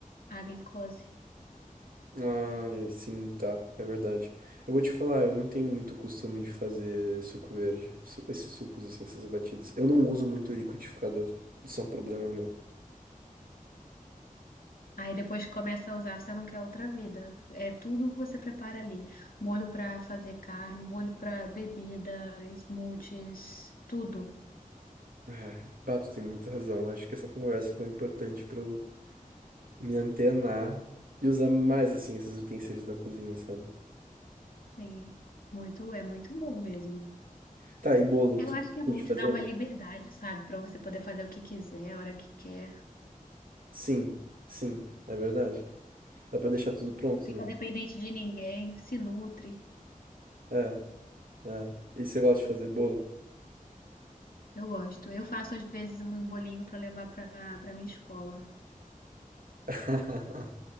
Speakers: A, on the left; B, on the right.
A: a glicose.
B: Ah, sim, tá, é verdade. Eu vou te falar, eu não tenho muito costume de fazer suco verde, su- esses sucos assim, essas batidas. Eu não uso muito liquidificador. Isso é um problema meu.
A: Aí depois que começa a usar, você não quer outra vida. É tudo que você prepara ali. Molho pra fazer carne, molho pra bebida, smoothies, tudo.
B: Ah, Bato tem muita razão. Acho que essa conversa foi importante pra eu me antenar e usar mais assim esses utensílios da cozinha, sabe?
A: Sim, muito, é muito bom mesmo.
B: Tá, e bolo,
A: Eu
B: tu
A: acho que é
B: curte
A: bom te
B: fazer?
A: dar uma liberdade, sabe, Pra você poder fazer o que quiser, a hora que quer.
B: Sim, sim, é verdade. Dá pra deixar tudo pronto,
A: Não fica
B: né?
A: dependente de ninguém, se nutre.
B: É, é. E você gosta de fazer bolo?
A: Eu gosto. Eu faço às vezes um bolinho pra levar pra para minha escola.
B: <laughs>